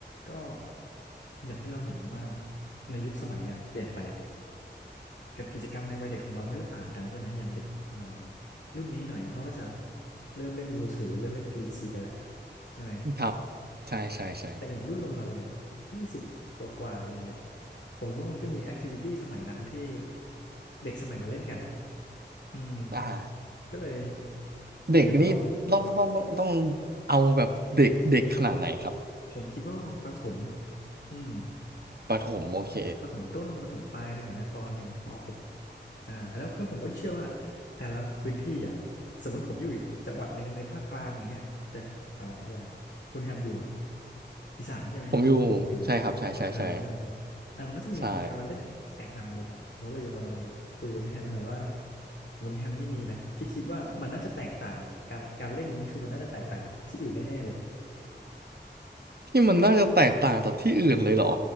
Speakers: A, on the left; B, on the right.
A: ก็อย่างที่เราเห็นว่าในยุคสมัยอ่ะเปลี่ยนไปอ่ะกับกิจกรรมในวัยเด็กของเรามันก็จะต่างกันใช่ไหมอย่างเด็กอ่ารุ่นนี้หน่อยเขาก็จะเริ่มเล่นมือถือเริ่มเล่นพีซีกันแหละใช่ไหม
B: ครับใช่ใช่ใช่
A: แต่อย่างรุ่นเราเราเนี่ยยี่สิบกว่ากว่าอะไรเงี้ยผมคิดว่ามันก็จะมีแอคทิวิตี้สมัยนั้นที่เด็กสมัยนั้นเล่นกันอ่ะอืม
B: อ่า
A: ก็เลย
B: เด็กนี่ต้องต้องต้องต้อง
A: อยากจะมาลอง
B: เอาแบบเด็กเด็กขนาดไหนครับ
A: ผมคิดว่ามันประถมอืม
B: ประถมโอเค
A: ประถมต้นประถมปลายแถวๆเนี้ยปหนึ่งถึงมหก อ่าแล้วแล้วผมก็เชื่อว่าแต่ละพื้นที่อ่ะสมมติผมอยู่อีกจังหวัดหนึ่งในภาคกลางอย่างเงี้ยแต่อ่าอย่างคุณแฮมอยู่แบบอีสานใช่ไหม
B: ผมอยู่ใช่ครับใช่ใช่ใช่
A: เหนือตอนทางนู้นใช่ไหมอ่ามันก็จะมีการละเล่นแตกต่างกันอีกอ่ะผมก็เลยจะมาลองคุยกับคุณแฮมหน่อยว่า
B: ใช่
A: คุณแฮมนี่มีไหมที่คิดว่ามันน่าจะแตกต่างอ่ะการการเล่นนี้คือมันน่าจะแตกต่างจากที่อื่นแน่ๆเลย
B: ที่มันน่าจะแตกต่างจากที่อื่นเลยเหรอ